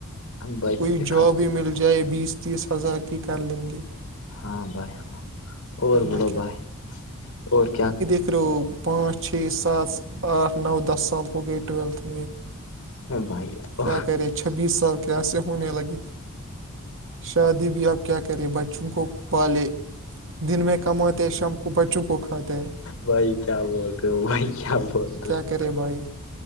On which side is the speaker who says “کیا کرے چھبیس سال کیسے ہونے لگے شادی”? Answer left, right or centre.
Right